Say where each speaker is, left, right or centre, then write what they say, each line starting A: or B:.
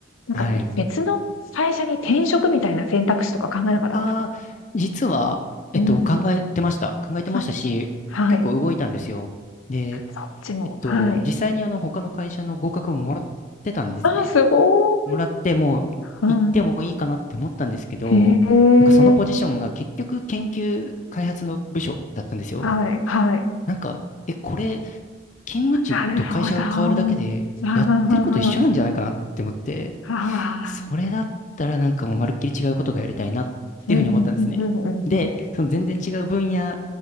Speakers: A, on the left; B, on the left.
A: なんか別の会社に転職みたいな選択肢とか考えなかったんですか？
B: はい。ああ、実は、えっと、
A: うん。
B: 考えてました。考えてましたし、
A: あ、はい。
B: 結構動いたんですよ。で、
A: そっちも、
B: えっと、
A: はい。
B: 実際にあの、他の会社の合格ももらってたんですね。
A: ああ、すごい。
B: もらって、もう行ってもいいかなって思ったんですけど、
A: うん。へえ、
B: なんかそのポジションが結局研究開発の部署だったんですよ。
A: はいはい。
B: なんか、え、これ、勤務地と会社が変わるだけで、
A: なるほど。あ
B: やってること一緒なんじゃないかなって思って、
A: あ、ああ、
B: それだったらなんかもうまるっきり違うことがやりたいなっていうふうに思ったんですね。
A: うんうんうんうんうんうん。
B: で、その全然違う分野